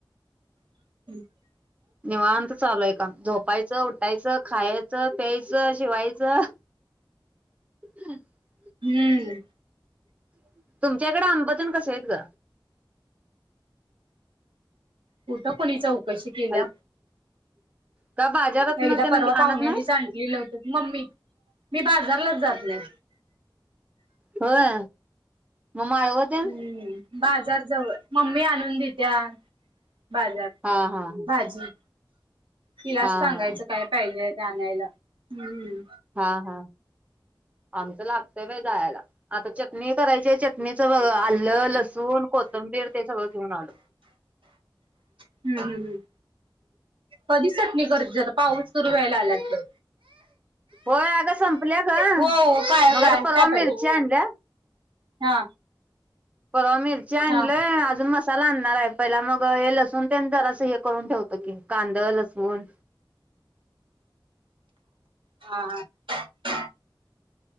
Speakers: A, on the right; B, on the right.
A: <unintelligible>
B: निवांत चालू आहे त झोपायचं उठायचं खायचं प्यायचं शिवायचं. <inaudible>
A: हम्म
B: <unintelligible> तुमच्याकडं आंबतेन कसं आहेत ग
A: कुठं कोणीच कशी केल्या
B: हॅल का बाजारातन
A: एकदा
B: तेन
A: परवा
B: आणत
A: पाहुण्यानीच
B: नाहीस
A: आणलेलं मम्मी मी बाजारलाच जात नाही
B: होय म माळव तेन
A: हम्म बाजार जवळ मम्मी आणून देतीया बाजार
B: हा हा
A: भाजी तिलाच
B: हा
A: सांगायच
B: हा
A: काय पायजे आणायला हम्म
B: हा, हा आमच लागतय बाई जायायला आता मी करायचे चटणीचं बघ आलं लस सून कोथंबीर ते सगळं घेऊन आलो
A: ह, ह, ह कधी चटणी करायचीस आता पाऊस सुरू व्हायला आलात की
B: हो अग संपल्या ग
A: हो हो काय
B: मग
A: काय
B: आता परवा
A: काय पाहिजे
B: मिरची आणल्या
A: हा
B: परवा मिर ची आणलय
A: हा
B: अजून मसाला ला आणणार आहे पहिला मग हे लसून ते जर असं हे करून ठेवत की कांद, लसून
A: हा, हा